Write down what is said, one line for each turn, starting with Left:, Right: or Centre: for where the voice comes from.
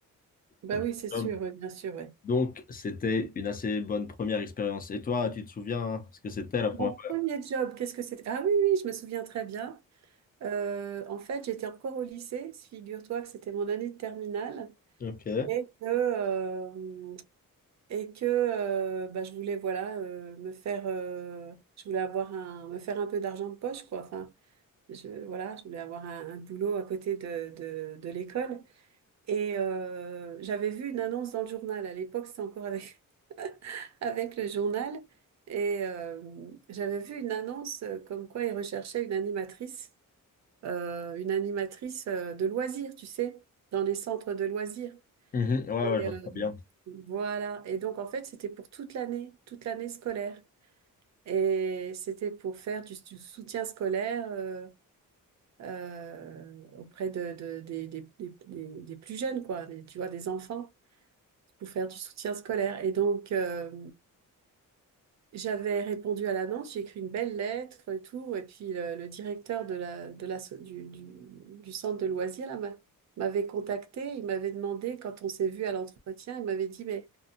Right: Bah
Left: à d'autres
Right: oui, c'est sûr,
Left: jobs.
Right: oui, bien sûr, ouais.
Left: Donc, c'était une assez bonne première expérience. Et toi, tu te souviens hein, ce que c'était la première
Right: Mon
Left: fois?
Right: premier job, qu'est-ce que c'était? Ah oui, oui, je me souviens très bien. Euh, en fait, j'étais encore au lycée, figure-toi que c'était mon année de terminale
Left: Ok.
Right: et que, euh, et que euh, bah, je voulais voilà euh, me faire, euh, je voulais avoir un, me faire un peu d'argent de poche quoi. Enfin, je, voilà, je voulais avoir un, un boulot à côté de, de, de l'école et euh, j'avais vu une annonce dans le journal. À l'époque, c'était encore avec avec le journal et euh, j'avais vu une annonce euh, comme quoi ils recherchaient une animatrice, euh, une animatrice euh, de loisirs, tu sais, dans les centres de loisirs.
Left: Mhm. Ouais,
Right: Et,
Left: ouais, je vois
Right: euh,
Left: très bien.
Right: voilà. Et donc, en fait, c'était pour toute l'année, toute l'année scolaire. Et c'était pour faire du, du soutien scolaire euh, euh, auprès de, de- des, des- des- des- des plus jeunes, quoi, des- tu vois, des enfants, pour faire du soutien scolaire. Et donc, euh, J'avais répondu à l'annonce, j'ai écrit une belle lettre et tout, et puis le, le directeur de la, de la, so- du, du, du centre de loisirs là, m'a- m'avait contacté, il m'avait demandé, quand on s'est vu à l'entretien, il m'avait dit, mais